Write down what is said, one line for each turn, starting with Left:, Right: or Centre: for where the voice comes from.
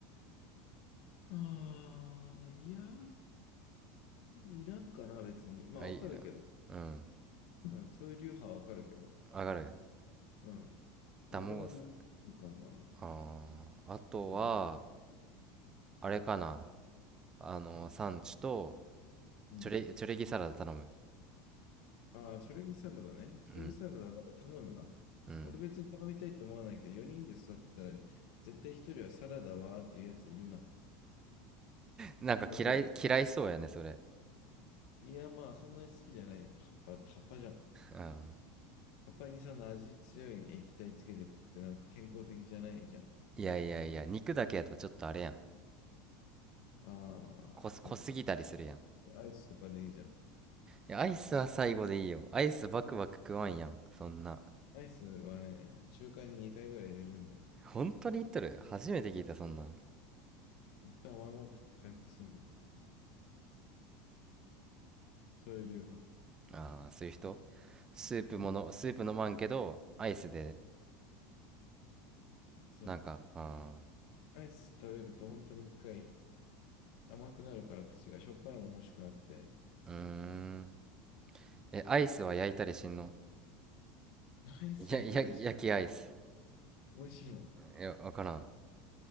Left: ああ、いやー、いらんかな、別に。まあ、
Right: あいいな
Left: わかるけど。
Right: うん
Left: うん、そういう流派はわかるけど。
Right: 上がる
Left: うん。俺は飲むかな。
Right: 卵スあーあとは
Left: うん。
Right: あれかなあのサンチュと
Left: うん。
Right: チュレ、チュレギサラダ頼む
Left: ああ、チョレギサラダね。チョレギサラダなんか頼むな。
Right: うんうん
Left: 俺別に頼みたいと思わないけど、4人で座ってたら、絶対1人はサラダはーっていうやついるな。
Right: なんか嫌い嫌いそうやねそれ
Left: サラダはいや、まあ、そんなに好きじゃない。葉っぱ、葉っぱじゃん。
Right: うん
Left: 葉っぱにその味強い液体つけて食ってなんか健康的じゃないじゃん。
Right: いやいやいや肉だけやとちょっとあれやん
Left: ああ、
Right: 濃す、
Left: そっか。
Right: 濃すぎたりするやん
Left: アイスとかでいいじゃん。
Right: いやアイスは最後でいいよアイスバクバク食わんやんそんな
Left: アイスはね、中華に2回ぐらい入れるんだよ。
Right: 本当に言っとる初めて聞いたそんなん
Left: 1回甘いもん食って回復するんだよ。そういう流派。
Right: ああーそういう人スープものスープ飲まんけどアイスで
Left: うん。そう。
Right: なんかあ
Left: アイス食べると本当に一回甘くなるから口がしょっぱいもん欲しくなって。
Right: あーうーんえアイスは焼いたりしんの
Left: アイス焼いてるやし、
Right: いやいや焼きアイス
Left: 美味しいの
Right: いやわからん